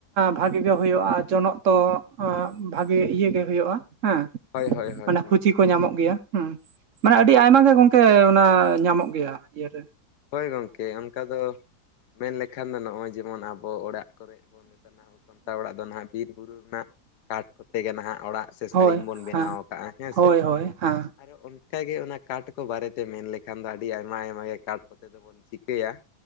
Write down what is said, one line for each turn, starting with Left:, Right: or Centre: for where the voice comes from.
Right: ᱵᱷᱟᱜᱮ ᱜᱮ ᱦᱳᱭᱳᱜᱼᱟ, ᱡᱚᱱᱚᱜ ᱛᱚ ᱵᱷᱟᱜᱮ ᱤᱭᱟᱹ ᱜᱮ ᱦᱳᱭᱳᱜᱼᱟ ᱾ ᱦᱮᱸ
Left: ᱦᱳᱭ ᱦᱳᱭ ᱦᱳᱭ
Right: ᱢᱟᱱᱮ
Left: ᱦᱳᱭ
Right: ᱠᱷᱩᱪᱤ ᱠᱚ ᱧᱟᱢᱚᱜ ᱜᱮᱭᱟ, ᱦᱮᱸ ᱢᱟᱱᱮ ᱟᱹᱰᱤ ᱟᱹᱰᱤ ᱟᱭᱢᱟ ᱜᱮ ᱜᱚᱝᱠᱮ ᱚᱱᱟ ᱧᱟᱢᱚᱜ ᱜᱮᱭᱟ ᱤᱭᱟ. ᱨᱮ ᱾
Left: ᱦᱳᱭ ᱜᱚᱝᱠᱮ ᱚᱱᱠᱟ ᱫᱚ ᱢᱮᱱ ᱞᱮᱠᱷᱟᱱ ᱫᱚ ᱱᱚᱜᱼᱚᱭ ᱡᱮᱢᱚᱱ ᱟᱵᱚ ᱚᱲᱟᱜ ᱠᱚᱨᱮ ᱵᱚᱱ ᱢᱮᱛᱟᱜ ᱟᱵᱚ ᱥᱟᱱᱛᱟᱲ ᱚᱲᱟᱜ ᱫᱚ ᱱᱟᱦᱟᱜ ᱵᱤᱨ ᱵᱩᱨᱩ ᱨᱮᱱᱟᱜ ᱠᱟᱴ ᱠᱚᱛᱮ ᱜᱮ ᱱᱟᱦᱟᱜ ᱚᱲᱟᱜ ᱥᱮ
Right: ᱦᱳᱭ
Left: ᱥᱟᱲᱤᱢ ᱵᱚᱱ ᱵᱮᱱᱟᱣ
Right: ᱦᱮᱸ
Left: ᱟᱠᱟᱜᱼᱟ ᱦᱮᱸ
Right: ᱦᱳᱭ
Left: ᱥᱮ
Right: ᱦᱳᱭ
Left: ᱾
Right: ᱦᱮᱸ
Left: ᱟᱨᱚ ᱚᱱ ᱠᱟ ᱜᱮ ᱚᱱᱟ ᱠᱟᱴ ᱠᱚ ᱵᱟᱨᱮᱛᱮ ᱢᱮᱱ ᱞᱮᱠᱷᱟᱱ ᱫᱚ ᱟᱹᱰᱤ ᱟᱭᱢᱟ ᱟᱭᱢᱟ ᱜᱮ ᱠᱟᱴ ᱛᱮᱫᱚ ᱵᱚᱱ ᱪᱤᱠᱟᱹᱭᱟ